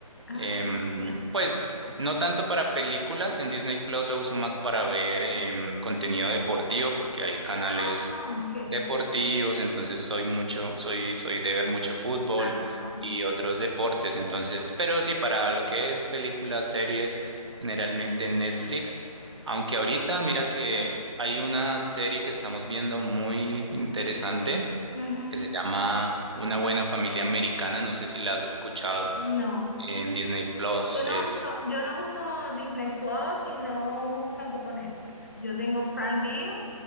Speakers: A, on the left; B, on the right.
A: Ah,
B: Em,
A: ok.
B: pues no tanto para películas, en Disney Plus lo uso más para ver em, contenido deportivo porque hay canales
A: Ah, ok.
B: deportivos, entonces soy mucho, soy, soy de ver mucho fútbol
A: Ah.
B: y otros deportes, entonces, pero sí, para lo que es películas, series, generalmente Netflix, aunque ahorita mira que hay una serie que estamos viendo muy interesante
A: ujú.
B: que se llama Una buena familia americana, no sé si la has escuchado
A: No.
B: en Disney Plus
A: Yo no
B: es...
A: uso, yo no uso Disney Plus y no uso tampoco Netflix. Yo tengo Prime Video